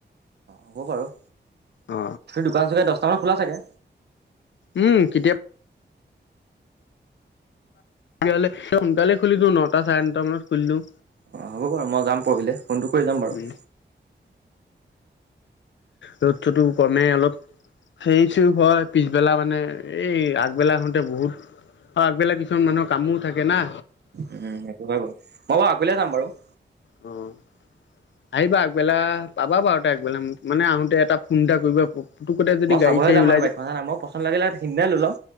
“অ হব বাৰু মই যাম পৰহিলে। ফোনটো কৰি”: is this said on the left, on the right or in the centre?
Right